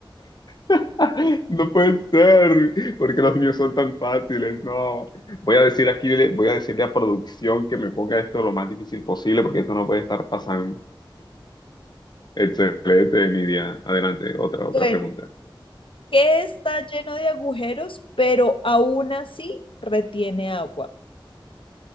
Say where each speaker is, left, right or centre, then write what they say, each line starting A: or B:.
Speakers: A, on the left (about 55°); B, on the left (about 75°).
A: <laughs> No puede ser, porque los míos son tan fáciles. No, voy a decir aquí, voy a decirle a producción que me ponga esto lo más difícil posible, porque esto no puede estar pasando. Excelente, Nidia. Adelante, otra, otra
B: bueno,
A: pregunta.
B: que está lleno de agujeros, pero aún así retiene agua.